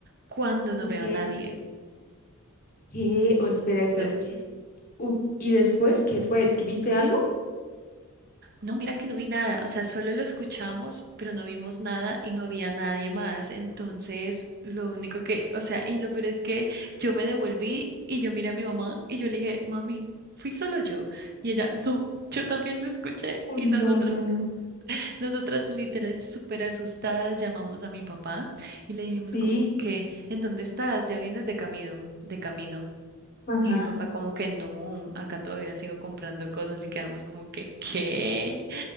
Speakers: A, on the right; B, on the left.
A: cuando
B: ok.
A: no veo a nadie.
B: ¿Qué? Oh, espera, espera.
A: No,
B: Uf, ¿y después qué fue? ¿Que viste algo?
A: no, mira que no vi nada, o sea, solo lo escuchamos, pero no vimos nada y no había nadie más. Entonces, lo único que, o sea, y lo peor es que yo me devolví y yo miré a mi mamá y yo le dije, mami, fui solo yo. Y ella, no, yo también lo escuché.
B: Uy,
A: Y nosotras,
B: no, no, no.
A: nosotras literal súper asustadas llamamos a mi papá y le dijimos
B: Sí.
A: como que, ¿en dónde estás? Ya vienes de camino, de camino.
B: Ajá.
A: Y mi papá como que no, acá todavía sigo comprando cosas y quedamos como que, ¿qué?